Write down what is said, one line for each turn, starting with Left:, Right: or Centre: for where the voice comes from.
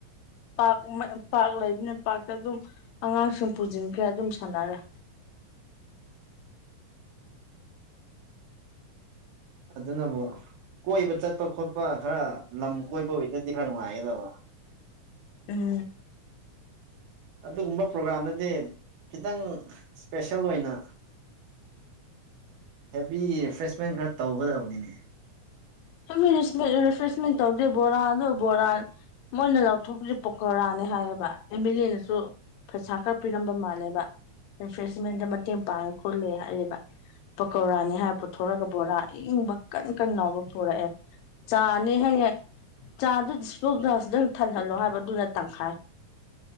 Left: ꯄꯥꯛ ꯄꯥꯛ ꯂꯩꯕꯅ ꯄꯥꯔꯛꯇ ꯑꯗꯨꯝ ꯑꯉꯥꯡꯁꯤꯡ ꯄꯨꯁꯤꯟꯈ꯭ꯔꯦ ꯑꯗꯨꯝ ꯁꯥꯟꯅꯔꯦ
Right: ꯑꯗꯨꯅꯕꯨ ꯀꯣꯏꯕ ꯆꯠꯄ ꯈꯣꯠꯄ ꯈꯔ ꯂꯝ ꯀꯣꯏꯕ ꯑꯣꯏꯗꯗꯤ ꯈꯔ ꯅꯨꯡꯉꯥꯏꯒꯗꯕ
Left: ꯎꯝ
Right: ꯑꯗꯨꯒꯨꯝꯕ ꯄ꯭ꯔꯣꯒꯥ꯭ꯔꯥꯝꯗꯗꯤ ꯈꯤꯇꯪ ꯏꯁꯄꯦꯁꯦꯜ ꯑꯣꯏꯅ ꯍꯦꯕꯤ ꯔꯤꯐ꯭ꯔꯦꯁꯃꯦꯟ ꯈꯔ ꯇꯧꯒꯗꯕꯅꯤꯅꯦ
Left: <unintelligible> ꯔꯤꯐ꯭ꯔꯦꯁꯃꯦꯟ ꯇꯧꯗꯦ ꯕꯣꯔꯥ ꯑꯗꯣ ꯕꯣꯔꯥ ꯃꯣꯏꯅ ꯂꯥꯎꯊꯣꯛꯄꯁꯤ ꯄꯣꯀꯣꯔꯥꯅꯦ ꯍꯥꯏꯌꯦꯕ ꯑꯦꯝ ꯑꯦꯜ ꯑꯦꯅꯁꯨ ꯄꯩꯁꯥ ꯈꯔ ꯄꯤꯔꯝꯕ ꯃꯥꯜꯂꯦꯕ ꯔꯤꯐ꯭ꯔꯦꯁꯃꯦꯟꯗ ꯃꯇꯦꯡ ꯄꯥꯡꯉꯦ ꯈꯣꯠꯂꯦ ꯍꯥꯏꯔꯤꯕ ꯄꯀꯧꯔꯥꯅꯤ ꯍꯥꯏꯕ ꯄꯨꯊꯣꯔꯒ ꯕꯣꯔꯥ ꯑ ꯏꯪꯕ ꯀꯟ ꯀꯟ ꯂꯥꯎꯕ ꯊꯣꯔꯛꯑꯦ ꯆꯥꯅꯤ ꯍꯥꯏ ꯆꯥꯗꯨ ꯗꯤꯁꯄꯣ ꯒ꯭ꯂꯥꯁꯇ ꯊꯜꯍꯜꯂꯣ ꯍꯥꯏꯕ ꯑꯗꯨꯅ ꯇꯪꯈꯥꯏ